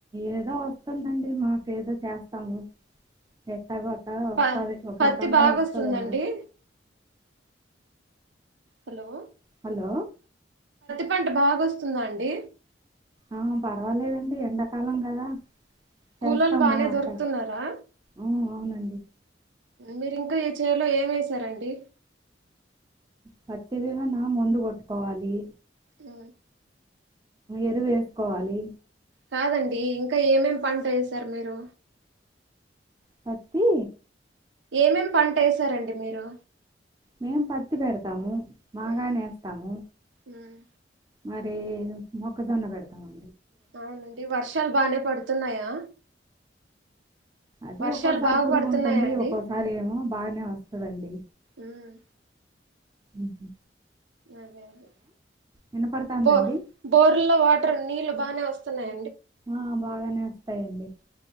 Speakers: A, on the right; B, on the right.
A: ఏదో వస్తుందండి మాకెదో చేస్తాము ఎత్తగత్తగా వస్తుది
B: ప
A: ఒక
B: పత్తి
A: రకంగా
B: బాగా
A: వస్తుదండి
B: వస్తుందండి హలో
A: హలో
B: వంట బాగా వస్తుందా అండి
A: ఆ పర్వాలేదండి ఎండాకాలం కదా చేస్తాము
B: కుళోళ్ళు బానే
A: అట్ట
B: దొరుకుతున్నారా
A: ఉమ్, అవునండి
B: మీరింకా చేలో ఏమసారండి
A: పతి విగా నా ముందు కొట్టుకోవాలి
B: ఆ
A: ఎరువు వేసుకోవాలి
B: కాదండి ఇంకా ఏమేమి పంట వేసారు మీరు
A: పతి
B: ఏమేమే పంట వేసారంండి మీరు
A: మేం పత్తి పెడతాము బాగానేేస్తాము
B: ఉమ్ ఉమ్
A: మరి మొక్కజోన్న పెడతాము
B: అవునండి వర్షాలు బానే పడుతున్నాయా
A: అది
B: వర్షాలు
A: ఒక్కోసారి
B: బాగా
A: పురుగు
B: పడుతున్నాయా
A: ఉంటుంది
B: అండి
A: ఒక్కోసారి ఏమో బాగానే వస్తుదండి
B: ఉమ్
A: అఓహ
B: అదే అదే
A: వినపడుతుందండి
B: బో బోర్ లో వాటర్ నీళ్ళ బాగానే వస్తున్నాయి
A: ఆ బాగానే వస్తాయండి